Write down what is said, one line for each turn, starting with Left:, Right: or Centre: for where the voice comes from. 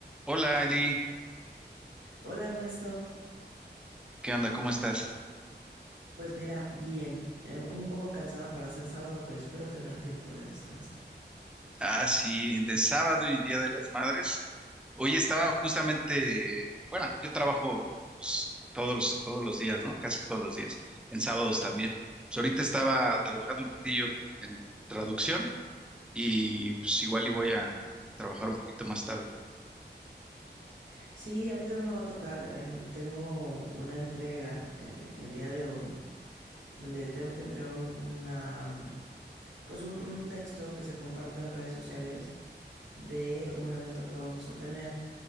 Centre: Hola Eli,
Right: Hola Ernesto,
Centre: ¿qué onda? ¿Cómo estás?
Right: pues mira, bien, eh, un poco cansada para ser sábado, pero espero tener tiempo de descansar.
Centre: Ah, sí, de sábado y Día de las Madres. Hoy estaba justamente, bueno, yo trabajo pues, todos los, todos los días, ¿no? Casi todos los días, en sábados también. Pues ahorita estaba trabajando un ratillo en traducción y pues igual y voy a trabajar un poquito más tarde.
Right: Sí, a mí también me va a tocar, en- tengo una entrega eh, el día de hoy de tengo que entregar un- una, pues un, un texto que se comparte en redes sociales de un evento que vamos a tener